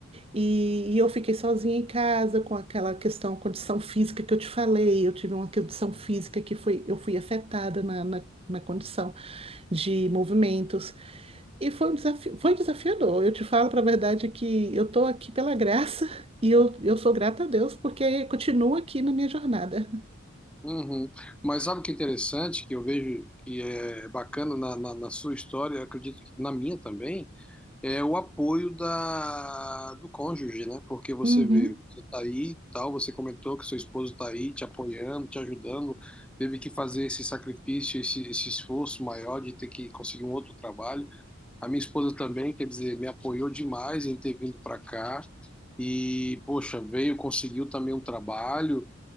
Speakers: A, on the right (about 30°); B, in the centre.
A: e, e eu fiquei sozinha em casa com aquela questão, condição física que eu te falei, eu tive uma condição física que foi, eu fui afetada na, na na condição de movimentos. E foi um desafio, foi desafiador. Eu te falo para a verdade que eu estou aqui pela graça <laughs> e eu, eu sou grata a Deus porque continuo aqui na minha jornada.
B: Uhum. Mas sabe o que é interessante, que eu vejo que é bacana na, na, na sua história, eu acredito que na minha também, é o apoio da, do cônjuge, né? Porque você
A: Uhum.
B: vê, você tá aí, e tal, você comentou que seu esposo tá aí te apoiando, te ajudando, teve que fazer esse sacrifício, esse, esse esforço maior de ter que conseguir um outro trabalho. A minha esposa também, quer dizer, me apoiou demais em ter vindo para cá. E, poxa, veio, conseguiu também um trabalho,